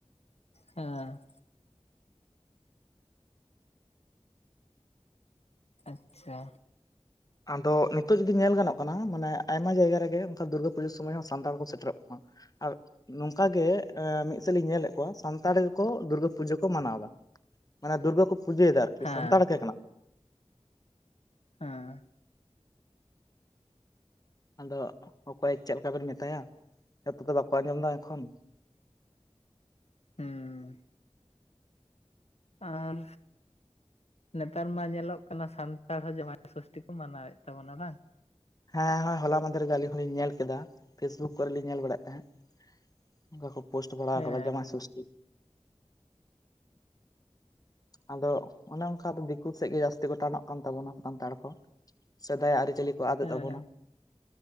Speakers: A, on the left; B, on the left.
A: ᱦᱮᱸ ᱟᱪᱪᱷᱟ
B: ᱟᱫᱚ ᱱᱤᱛᱚᱜ ᱡᱩᱫᱤ ᱧᱮᱞ ᱜᱟᱱᱚᱜ ᱠᱟᱱᱟ ᱢᱟᱱᱮ ᱟᱭᱢᱟ ᱡᱟᱭᱜᱟ ᱨᱮᱜᱮ ᱚᱱᱠᱟ ᱫᱩᱨᱜᱟᱹ ᱯᱩᱡᱟᱹ ᱥᱩᱚᱢᱚᱭ ᱦᱚᱸ ᱥᱟᱱᱛᱟᱲ ᱠᱚ ᱥᱮᱴᱮᱨᱚᱜ ᱠᱟᱱᱟ ᱟᱨ ᱱᱚᱝᱠᱟ ᱜᱮ ᱢᱤᱫ ᱥᱮᱫ ᱤᱧ ᱧᱮᱞᱮᱫ ᱠᱚᱣᱟ ᱥᱟᱱᱛᱟᱲ ᱜᱮᱠᱚ ᱫᱩᱨᱜᱟᱹ ᱯᱩᱡᱟᱹ ᱠᱚ ᱢᱟᱱᱟᱣᱫᱟ ᱢᱟᱱᱮ ᱫᱩᱨᱜᱟ ᱠᱚ ᱯᱩᱡᱟᱹᱭᱮᱫᱟ ᱟᱨᱠᱤ
A: ᱦᱮᱸ
B: ᱥᱟᱱᱛᱟᱲ ᱜᱮ ᱠᱟᱱᱟ ᱠᱚ
A: ᱦᱮᱸ
B: ᱟᱫᱚ ᱚᱠᱚᱭ ᱪᱮᱫ ᱞᱮᱠᱟᱵᱮᱱ ᱢᱮᱛᱟᱭᱟ ᱡᱚᱛᱚ ᱫᱚ ᱵᱟᱠᱚ ᱟᱸᱡᱚᱢ ᱮᱫᱟ ᱮᱠᱷᱚᱱ <inaudible>
A: ᱦᱮᱸ ᱟᱨ ᱱᱮᱛᱟᱨ ᱢᱟ ᱧᱮᱞᱚᱜ ᱠᱟᱱᱟ ᱥᱟᱱᱛᱟᱲ ᱦᱚᱸ ᱡᱟᱢᱟᱭ ᱥᱚᱥᱴᱤ ᱠᱚ ᱢᱟᱱᱟᱣ ᱮᱫ ᱛᱟᱵᱚᱱᱟ ᱵᱟᱝ
B: ᱦᱮᱸ ᱦᱚᱭ ᱦᱚᱞᱟ ᱢᱟᱦᱫᱮᱨ ᱜᱮ ᱟᱹᱞᱤᱧ ᱦᱚᱞᱤᱧ ᱧᱮᱞ ᱠᱮᱫᱟ ᱯᱷᱮᱥᱵᱩᱠ ᱠᱚᱨᱮ ᱞᱤᱧ ᱧᱮᱞ ᱵᱟᱲᱟᱭᱮᱫ ᱛᱟᱦᱮᱸᱫ ᱮᱫᱟ ᱠᱚ ᱯᱳᱥᱴ ᱵᱟᱲᱟᱣ
A: ᱦᱮᱸ
B: ᱟᱠᱟᱫᱟ ᱡᱟᱢᱟᱭ ᱥᱚᱥᱴᱤ ᱟᱫᱚ ᱚᱱᱮ ᱚᱱᱠᱟ ᱫᱚ ᱫᱤᱠᱩ ᱥᱮᱫ ᱜᱮ ᱡᱟᱹᱥᱛᱤ ᱴᱟᱱᱚᱜ ᱠᱟᱱ ᱛᱟᱵᱚᱱᱟ ᱥᱟᱱᱛᱟᱲ ᱠᱚ ᱥᱮᱫᱟᱭ ᱟᱹᱨᱤᱪᱟᱹᱞᱤ ᱠᱚ ᱟᱫᱮᱜ
A: ᱦᱮᱸ
B: ᱛᱟᱵᱚᱱᱟ